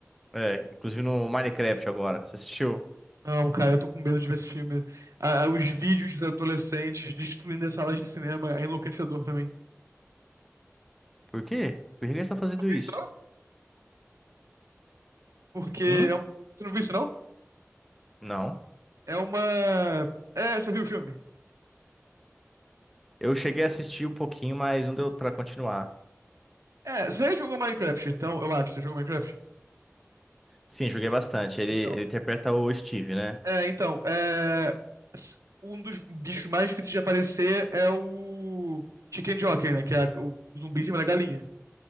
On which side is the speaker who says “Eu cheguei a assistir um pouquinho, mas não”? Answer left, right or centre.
Centre